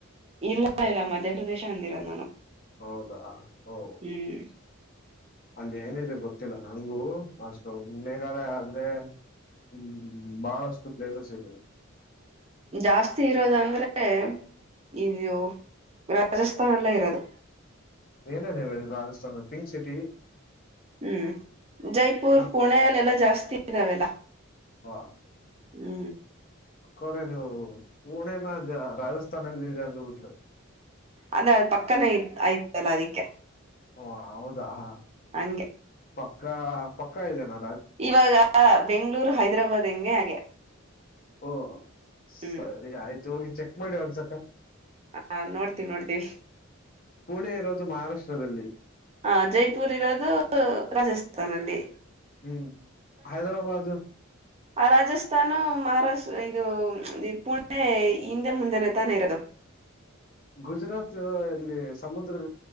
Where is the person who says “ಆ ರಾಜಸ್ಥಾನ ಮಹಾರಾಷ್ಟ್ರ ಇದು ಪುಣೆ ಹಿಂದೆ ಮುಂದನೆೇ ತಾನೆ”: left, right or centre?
Right